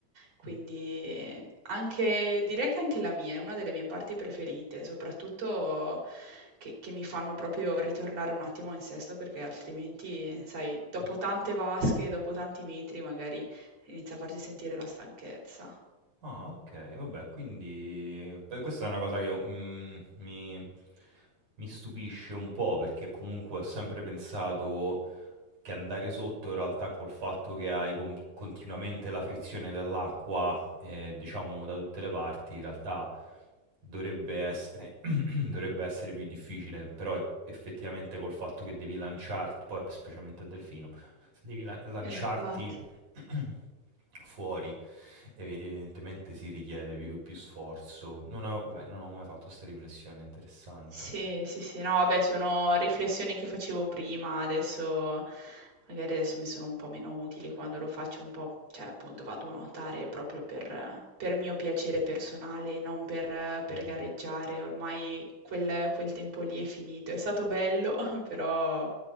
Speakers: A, on the right; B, on the right.
A: Quindi
B: mm,
A: anche, direi che anche la mia è una delle mie parti preferite, soprattutto che, che mi fanno proprio ritornare un attimo in sesto perché altrimenti, sai, dopo
B: oh.
A: tante vasche, dopo tanti metri, magari inizia a farsi sentire la stanchezza.
B: Ah, ok, vabbè, quindi beh, questa è una cosa che mm, mi, mi stupisce un po' perché comunque ho sempre pensato che andare sotto in realtà col fatto che hai con- continuamente la frizione dell'acqua, eh, diciamo da tutte le parti, in realtà dovrebbe essere, <clears throat> dovrebbe essere più difficile, però e- effettivamente col fatto che devi lanciarti, poi specialmente a delfino, se devi la- lanciarti
A: Esatto.
B: <clears throat> fuori, ev- evidentemente si richiede più, più sforzo. Non avevo, beh, non ho mai fatto questa riflessione, interessante.
A: Sì, sì, sì, no, vabbè, sono riflessioni che facevo prima, adesso magari adesso mi sono un po' meno utili quando lo faccio un po', cioè appunto vado a nuotare proprio per, per mio piacere personale, non per, per
B: Mhm.
A: gareggiare, ormai quel, quel tempo lì è finito, è stato bello, <laughs> però